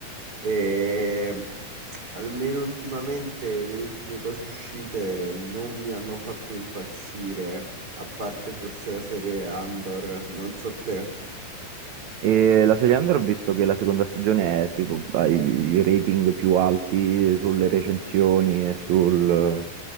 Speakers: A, on the right; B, on the right.
A: e ehm, almeno ultimamente le ultime cose uscite non mi hanno fatto impazzire, a parte forse la serie Andor, non so te.
B: E la serie Under ho visto che la seconda stagione è tipo ha i i rating più alti sulle recensioni e, sul-